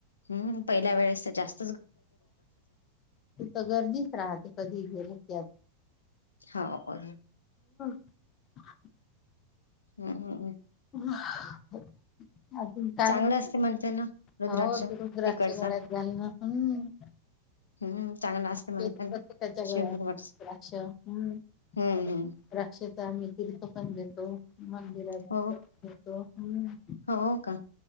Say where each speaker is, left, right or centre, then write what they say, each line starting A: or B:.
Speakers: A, on the left (about 75°); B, on the left (about 30°).
A: हम्म पहिल्या वेळेस तर जास्त
B: तिथं गर्दीच राहते, कधी गेल त्यात
A: हाव, पण
B: <unintelligible>
A: हम्म हम्म हम्म.
B: <unintelligible> काय
A: चांगलं असते म्हणते ना. रुद्राक्ष
B: हो, तू रुद्राच्या
A: तिकडचा
B: गळ्यात झालं ना, ह.
A: हम्म चांगला असते
B: <unintelligible>
A: म्हणते ना.
B: त्याच्या
A: शिवभरवरच
B: गळ्यात रुद्राक्ष हम्म
A: हम्म
B: रुद्राक्ष
A: हम्म
B: त आम्ही <unintelligible> पण देतो मंदिरात
A: हो
B: पण देतो, हम्म.
A: हो का